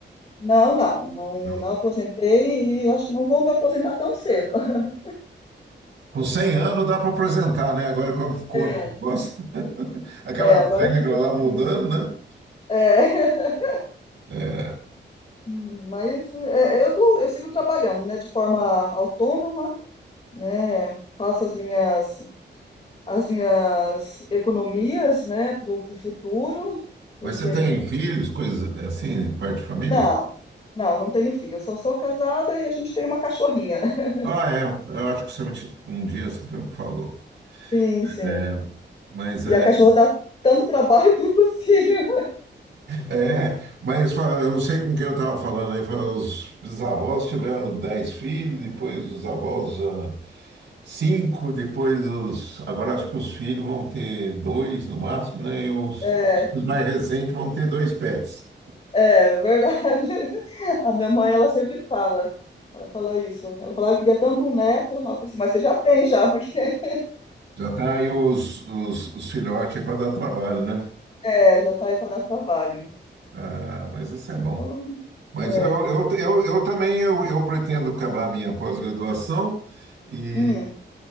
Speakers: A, on the left; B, on the right.
A: Não, não, não,
B: Não.
A: não aposentei e acho que não vou me aposentar tão cedo. <laughs>
B: Com 100 anos dá para aposentar, né? Agora como ficou
A: É.
B: o negócio, <laughs> aquela
A: É, agora
B: regra
A: fica
B: lá
A: difícil.
B: mudando,
A: É, <laughs>
B: né?
A: mas é, eu tô, eu sigo trabalhando, né, de forma autônoma, né? Faço as minhas as minhas economias, né, pro, pro futuro, porque
B: Mas você
A: a
B: tem
A: gente. pre-
B: filhos, coisas eh, assim, de parte de família?
A: Não, não, não tenho filho. Eu só sou casada e a gente tem uma cachorrinha. <laughs>
B: Ah, é. Eu acho que você me ti- um dia você falou.
A: Sim, sim.
B: É, mas é,
A: E a cachorra dá tanto trabalho <laughs> quanto o filho.
B: é, mas fala, eu não sei com quem eu estava falando aí. fala, Os bisavós tiveram dez filhos, depois os avós ah, cinco, depois os. Agora acho que os filhos vão ter dois no máximo, né? E os,
A: É,
B: os mais recentes vão ter dois pets.
A: é verdade. <laughs> A minha mãe, ela sempre fala. Ela fala isso. Ela fala, eu queria tanto um neto. Ela falou assim, mas você já tem já, porque
B: Já tá aí os, os, os filhotes aí para dar trabalho, né?
A: <laughs> é, já tá aí para dar trabalho.
B: Ah, mas isso é bom.
A: Eu não-
B: Mas
A: É.
B: eu, eu, eu, eu também eu, eu pretendo acabar a minha pós-graduação e
A: Hum.